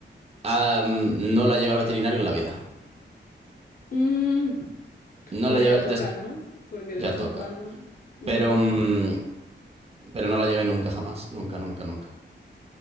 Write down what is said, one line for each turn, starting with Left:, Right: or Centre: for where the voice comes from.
Right: Ah, mm, no la llevé al veterinario en la vida.
Left: Mm,
Right: No
Left: bueno,
Right: la llevé,
Left: ya toca, ¿no? Porque
Right: Ya
Left: de vez
Right: toca.
Left: en cuando. Ujú,
Right: Pero, mm, pero no la llevé nunca, jamás. Nunca, nunca, nunca.